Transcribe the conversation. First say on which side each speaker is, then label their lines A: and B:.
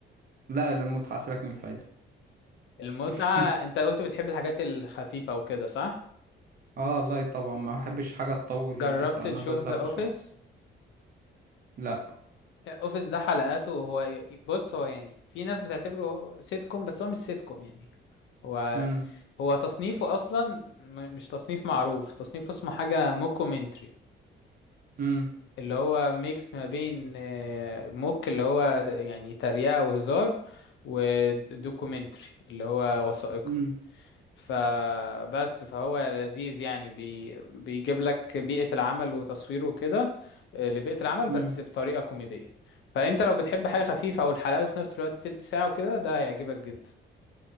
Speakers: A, on the right; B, on the left.
A: لا للمتعه سيبك من الفايده
B: المتعة
A: <laughs>
B: انت قلت بتحب الحاجات الخفيفة وكده صح
A: اه لا طبعا ما احبش حاجه تطول
B: جربت
A: للاخر
B: تشوف
A: انا بزهق
B: ذا
A: بسرعه
B: اوفيس
A: لا
B: اوفيس ده حلقاته هو بص هو يعني في ناس بتعتبره سيت كوم بس هو مش سيت كوم يعني هو
A: امم
B: هو تصنيفه اصلا م- مش تصنيف معروف تصنيفه اسمه حاجة موكومنتري
A: امم
B: اللي هو ميكس ما بين آه، موك اللي هو يعني تريقة وهزار ودوكيومنتري اللي هو وثائقي
A: امم
B: فبس فهو لذيذ يعني بي بيجيب لك بيئة العمل وتصويره وكده آه، لبيئة العمل
A: امم
B: بس بطريقة كوميدية فانت لو بتحب حاجة خفيفة او الحلقات في نفس الوقت تلت ساعة وكده ده هيعجبك جدا